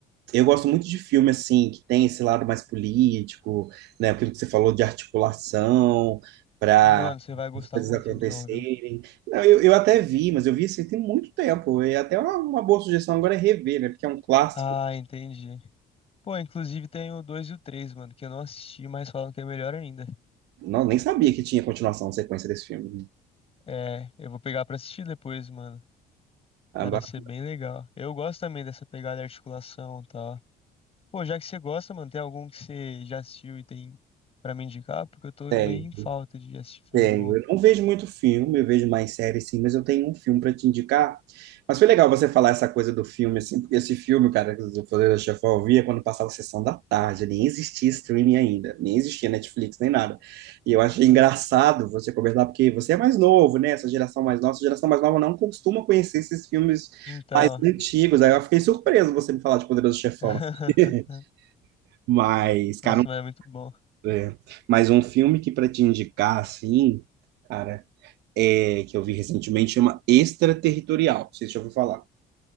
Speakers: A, on the right; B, on the left.
A: eu gosto muito de filme assim que tem esse lado mais político, né? Aquilo que você falou de articulação para
B: Mano, você vai gostar
A: as coisas
B: muito
A: acontecerem.
B: então, viu?
A: Não, eu, eu até vi, mas eu vi assim tem muito tempo. E até uma, uma boa sugestão agora é rever, né? Porque é um clássico.
B: Ah, entendi. Pô, inclusive tem o 2 e o três mano, que eu não assisti, mas falam que é melhor ainda.
A: Não, nem sabia que tinha continuação, sequência desse filme.
B: É, eu vou pegar pra assistir depois, mano.
A: Ah,
B: Parece
A: ba-
B: ser bem legal. Eu gosto também dessa pegada de articulação e tal. Pô, já que você gosta, mano, tem algum que você já assistiu e tem pra me indicar? Porque eu tô
A: tem.
B: meio em falta de assistir filme
A: Tenho.
B: bom.
A: Eu não vejo muito filme, eu vejo mais séries sim, mas eu tenho um filme para te indicar. Mas foi legal você falar essa coisa do filme, assim, porque esse filme, cara, que o Poder da Chefão eu via quando passava a sessão da tarde, nem existia streaming ainda, nem existia Netflix, nem nada. E eu achei
B: Cara.
A: engraçado você conversar, porque você é mais novo, né? Essa geração mais nova, essa geração mais nova não costuma conhecer esses filmes
B: Então.
A: mais antigos. Aí eu fiquei surpreso você me falar de Poderoso Chefão.
B: <laughs>
A: assim. <laughs> Mas, cara,
B: Nossa, mas é muito bom.
A: um- é, mas um filme que para te indicar, assim. Cara, é, que eu vi recentemente, chama Extraterritorial. Não sei se já ouviu falar.